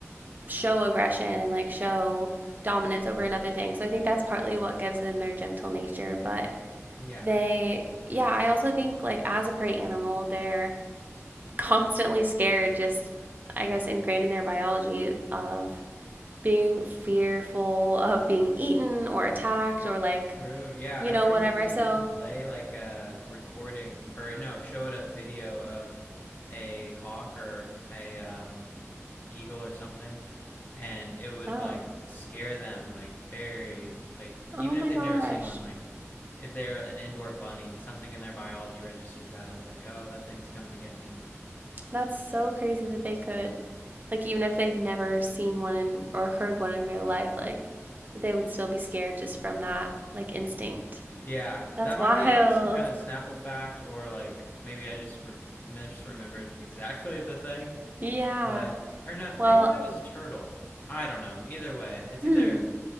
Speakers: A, on the right; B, on the left.
A: show aggression and like show dominance over another thing. So I think that's partly what gives them their gentle nature, but
B: yeah,
A: they, yeah, I also think like as a prey animal, they're constantly scared, just I guess ingrained in their biology of being fearful of being eaten or attacked or like,
B: true. Yeah,
A: you
B: I've
A: know,
B: heard
A: whatever.
B: you could even
A: So,
B: play like a recording or no, show it a video of a hawk or a um eagle or something, and it would
A: oh,
B: like scare them like very like
A: oh
B: even
A: my
B: if they've
A: gosh.
B: never seen one like if they're an indoor bunny something in their biology registers that as like oh that thing's coming to get me
A: That's so crazy that they could, like, even if they've never seen one in, or heard one in real life, like, they would still be scared just from that, like, instinct.
B: yeah
A: That's
B: that
A: <laughs> wild.
B: might be like some kind of snapple fact or like maybe i just re- misremembered <laughs> exactly the thing
A: Yeah.
B: but or no
A: Well,
B: maybe that was a turtle i don't know either way it's
A: hmm.
B: either